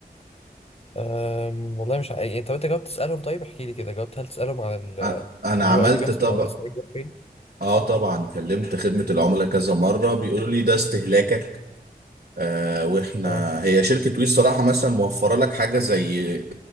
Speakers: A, on the left; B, on the right.
A: أم والله مش عارف طب انت جاوبت تسألهم طيب احكي لي كده جاوبت هل تسألهم على ال...
B: أ- انا
A: ان
B: عملت
A: هو ايه اللي بيحصل
B: طبعا
A: او الاسرائيلي بيروح فين؟
B: اه طبعا كلمت خدمه العملاء كذا مره بيقولوا لي ده استهلاكك آه، واحنا
A: اه
B: هي شركة وي الصراحة مثلا موفرة لك حاجة زي